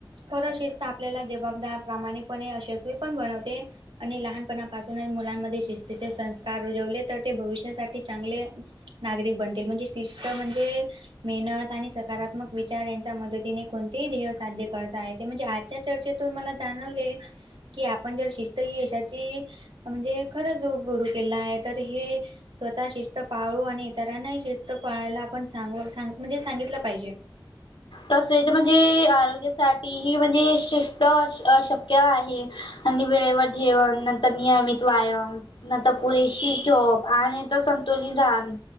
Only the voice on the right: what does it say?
खरं शिस्त आपल्याला जबाबदार प्रामाणिकपणे यशस्वी पण बनवते आणि लहानपण पासूनच मुलांमध्ये शिस्तीचे संस्कार रुजवले तर ते भविष्यासाठी चांगले नागरिक बनतील म्हणजे शिस् म्हणजे मेहनत आणि सकारात्मक विचार यांच्या मदतीने कोणतेही ध्येय साध्य करत आहे ते म्हणजे आजच्या चर्चेतून मला जाणवले कि आपण जर शिस्त ही यशाची म्हणजे खरंच गुरु किल्ला आहे तर हे स्वतः शिस्त पाळू आणि इतरांना शिस्त पाळायला आपण सांग म्हणजे सांगितलं पाहिजे